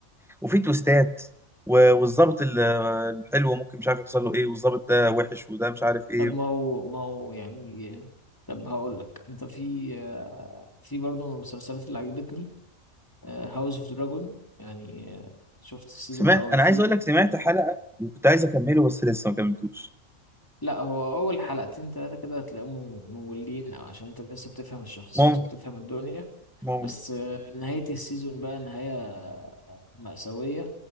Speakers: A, in the centre; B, on the left (about 15°).
A: وفي تويستات و- والظابط ال- الحلو ممكن مش عارف يحصل له ايه والظابط ده وحش وده مش عارف ايه
B: طب ما هو ما هو يعني طب هقول لك انت في آه، في برضه من المسلسلات اللي عجبتني هاوس اوف دراجون يعني آه، شفت السيزون
A: سمعت
B: الاول
A: انا
B: فيه
A: عايز اقول لك سمعت حلقة وكنت عايز اكمله بس لسه ما كملتوش
B: لا هو اول حلقتين ثلاثه كده هتلاقيهم مملين أو عشان انت لسه بتفهم الشخصيات
A: ممكن
B: وبتفهم الدنيا
A: ممكن
B: بس آه، نهايه السيزون بقى نهايه آه، مأساويه